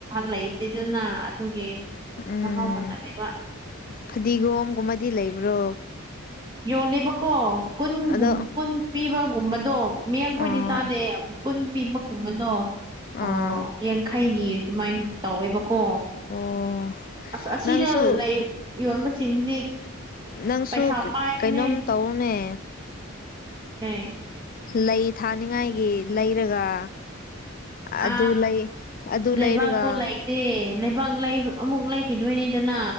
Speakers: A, on the right; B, on the left.
A: ꯂꯩꯇꯦꯗꯅ ꯑꯗꯨꯒꯤ
B: ꯎꯝ
A: ꯃꯍꯥꯎ ꯃꯟꯅꯗꯦꯕ
B: ꯐꯗꯤꯒꯣꯝꯒꯨꯝꯕꯗꯤ ꯂꯩꯕ꯭ꯔꯣ
A: ꯌꯣꯜꯂꯤꯦꯕꯀꯣ ꯀꯨꯟꯒꯨꯝ
B: ꯑꯗꯣ
A: ꯀꯨꯟ ꯄꯤꯕ ꯀꯨꯝꯕꯗꯣ ꯃꯤꯌꯦꯡꯈꯣꯏꯗꯤ
B: ꯑꯥ
A: ꯆꯥꯗꯦ ꯀꯨꯟ ꯄꯤꯕꯒꯨꯝꯕꯗꯣ
B: ꯑꯥ
A: ꯑꯣ ꯌꯥꯡꯈꯩꯒꯤ ꯑꯗꯨꯃꯥꯏꯅ ꯇꯧꯋꯦꯕꯀꯣ
B: ꯑꯣ
A: ꯑꯁ ꯑꯁꯤꯅ
B: ꯅꯪꯁꯨ
A: ꯂꯩ ꯌꯣꯟꯕꯁꯤꯡꯁꯤꯗꯤ
B: ꯅꯪꯁꯨ
A: ꯄꯩꯁꯥ ꯄꯥꯏꯕꯅꯦ
B: ꯀꯩꯅꯣꯝ ꯇꯧꯔꯨꯅꯦ
A: ꯑꯦ
B: ꯂꯩ ꯊꯥꯅꯤꯡꯉꯥꯏꯒꯤ ꯂꯩꯔꯒ
A: ꯑ
B: ꯑꯗꯨ ꯂꯩ ꯑꯗꯨ
A: ꯂꯩꯕꯥꯛ
B: ꯂꯩꯔꯒ
A: ꯇꯣ ꯂꯩꯥꯏꯇ ꯂꯩꯕꯥꯛ ꯂꯩ ꯑꯃꯨꯛ ꯂꯩꯈꯤꯗꯣꯏꯅꯤꯗꯅ